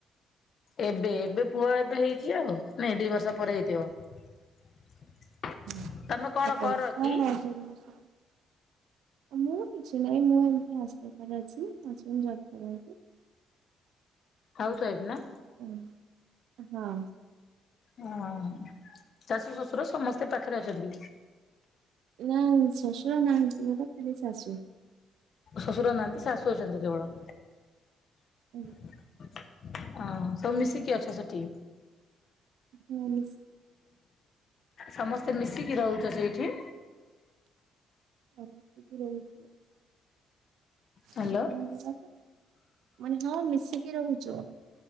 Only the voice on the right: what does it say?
ହ
<inaudible>
ମୁଁ
କିଛି ନାହିଁ ମୁଁ ଏମତି ହଉସକିପର ଅଛି ହସ୍ ବେଣ୍ଡ୍ ଜବ କରନ୍ତି
ହଁ ହଁ
ନା ଶ୍ୱଶୁର ନାହତି ବା ଖାଲି ଶାଶୁ
ଆଜ୍ଞା
ହଁ ମିଶିକି
ରହୁଛି <inaudible> ଆପଣଙ୍କର
ମାନେ ହଁ ମିଶିକି ରହୁଛୁ